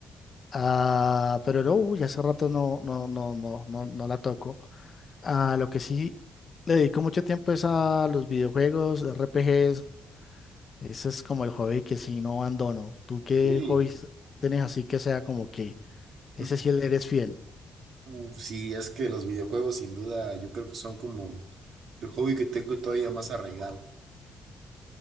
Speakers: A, on the left; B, on the right.
A: Ah, pero no, uy, hace rato no, no, no, no, no, no la toco. Ah, lo que sí le dedico mucho tiempo es a los videojuegos, RPGs. Ese es como el hobby que sí no abandono. ¿Tú qué
B: Sí.
A: hobbies tienes así que sea como que ese
B: <laughs>
A: sí le eres fiel
B: Uh, Sí, es que los videojuegos sin duda yo creo que son como el hobby que tengo todavía más arraigado.